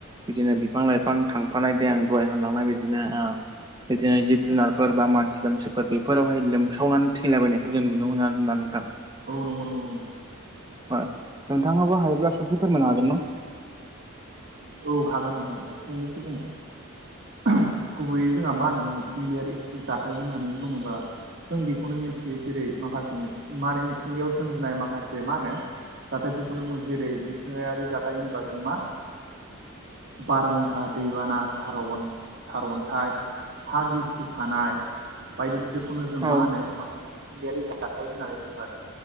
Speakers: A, on the right; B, on the right.
A: बिदिनो बिफां लाइफां थांफानाय दैे दहाय हामलांनाय बिदिनो बिदिनो जिब जुनारफोर बा मानसि दामसिफोर बेफोरावहाय लोमसावनानै थैलाबायनायखौ जों नुनो मोना होननानै <unintelligible>
B: औ नंगौ नंगौ नंगौ
A: नोंथाङाबो हायोब्ला ससे फोरमायनो हागोन ना
B: औ हागोन नोंथां फंनैसो बुंना गुबैयै जोंहा मा होनो मिथिंगायारि जाथाय होननानै बुङोब्ला जों बेखौनो मिथियो जेरै माखासे मा होने मिथिंगायाव सोमजिनाय माखासे मा होनो जाथायफोरखौनो बुङो जेरै मिथिंगायारि जाथाय होनोबा जों मा बारहुंखा दैबाना सार सारअन्थाइ हा गिसिखानाय बायदिफोरखौनो जों
A: औ
B: मा होनो मिथिंगायारि जाथाय होननानै बुङो आरो